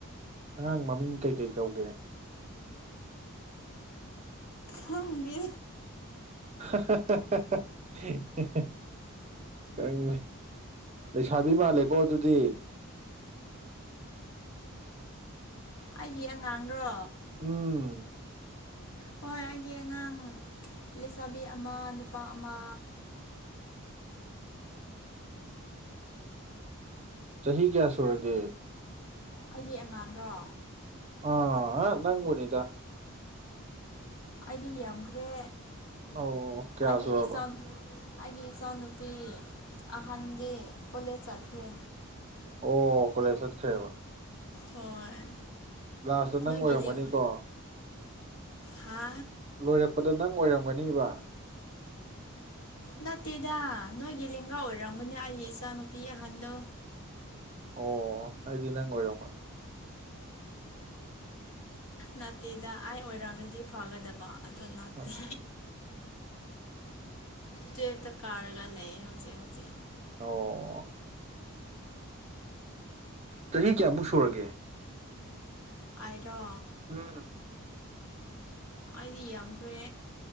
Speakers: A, on the right; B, on the left.
A: ꯑꯉꯥꯡ ꯃꯃꯤꯡ ꯀꯩꯀꯩ ꯀꯧꯒꯦ
B: ꯈꯪꯗ
A: <unintelligible> ꯀꯪ ꯂꯩꯁꯥꯕꯤ ꯃꯥꯂꯦ ꯀꯗꯤ
B: ꯑꯩꯒꯤ ꯑꯉꯥꯡꯔꯣ
A: ꯎꯝ
B: ꯍꯣꯏ ꯑꯩꯒꯤ ꯑꯉꯥꯡ ꯂꯩꯁꯥꯕꯤ ꯑꯃ ꯅꯨꯄꯥ ꯑꯃ
A: <unintelligible> ꯆꯍꯤ ꯀꯌꯥ ꯁꯨꯔꯒꯦ
B: ꯑꯩꯒꯤ ꯑꯉꯥꯡꯔꯣ
A: ꯑꯥ ꯑ ꯅꯪ ꯃꯅꯤꯗ
B: ꯑꯩꯗꯤ ꯌꯥꯝꯈ꯭ꯔꯦ
A: ꯑꯣ ꯀꯌꯥꯁꯨꯣ
B: ꯑꯩꯒꯤ
A: ꯔꯔꯕ
B: ꯏꯆꯥ ꯑꯩꯒꯤ ꯏꯆꯥꯅꯨꯄꯤ ꯑꯍꯟꯒꯤ ꯀꯣꯂꯦꯖ ꯆꯠꯈ꯭ꯔꯦ
A: ꯑꯣ ꯀꯣꯂꯦꯖ ꯆꯠꯈ꯭ꯔꯦꯕ
B: ꯍꯣꯏ
A: ꯎ ꯂꯥꯁꯇ ꯅꯪ
B: ꯅꯣꯏꯒꯤ
A: ꯑꯣꯏꯔꯝꯒꯅꯤꯀꯣ
B: ꯂꯦꯡ ꯍꯥ
A: ꯂꯣꯏꯔꯛꯄꯗ ꯅꯪ ꯑꯣꯏꯔꯝꯒꯅꯤꯕ
B: ꯅꯠꯇꯦꯗ ꯅꯣꯏꯒꯤ ꯂꯦꯡꯒꯥ ꯑꯣꯏꯔꯝꯒꯅꯦ ꯑꯩꯒꯤ ꯏꯆꯥꯅꯨꯄꯤ ꯑꯍꯟꯗꯣ
A: ꯑꯣ ꯑꯩꯗꯤ ꯅꯪ ꯑꯣꯏꯔꯣꯒꯗ
B: ꯅꯥꯠꯇꯦꯗ ꯑꯩ ꯑꯣꯏꯔꯝꯅꯗꯤ ꯐꯒꯗꯕ ꯑꯗꯣ ꯅꯠꯇꯦ
A: ꯑ
B: ꯇ ꯇ ꯀꯥꯔꯒ ꯂꯩ ꯍꯧꯖꯤꯛ ꯍꯧꯖꯤ
A: ꯑꯣ ꯆꯍꯤ ꯀꯌꯥꯃꯨꯛ ꯁꯨꯔꯒꯦ
B: ꯑꯔꯣ
A: ꯎꯝ
B: ꯑꯩꯗꯤ ꯌꯥꯝꯈ꯭ꯔꯦ